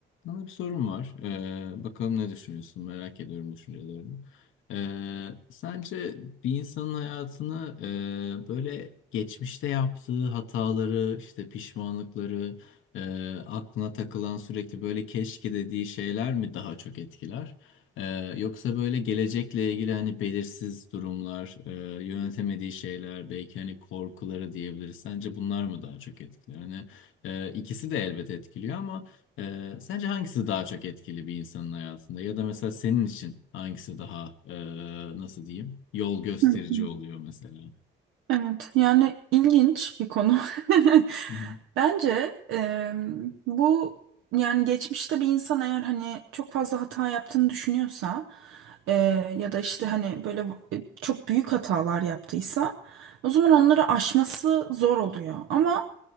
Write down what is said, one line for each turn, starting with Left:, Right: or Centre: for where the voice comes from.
Left: Sana bir sorum var. Ee, bakalım ne düşünüyorsun? Merak ediyorum düşüncelerini. Ee, sence bir insanın hayatını e, böyle geçmişte yaptığı hataları, işte pişmanlıkları, e, aklına takılan sürekli böyle keşke dediği şeyler mi daha çok etkiler? Ee, yoksa böyle gelecekle ilgili hani belirsiz durumlar, e, yönetemediği şeyler, belki hani korkuları diyebiliriz. Sence bunlar mı daha çok etkiler? Hani e, ikisi de elbet etkiliyor ama. Ee, sence hangisi daha çok etkili bir insanın hayatında? Ya da mesela senin için hangisi daha e, nasıl diyeyim yol gösterici
Right: Hı hı.
Left: oluyor mesela?
Right: Evet, yani ilginç bir konu. <laughs>
Left: Hı hı,
Right: Bence e, bu yani geçmişte bir insan eğer hani çok fazla hata yaptığını düşünüyorsa e, ya da işte hani böyle e, çok büyük hatalar yaptıysa o zaman onları aşması zor oluyor. Ama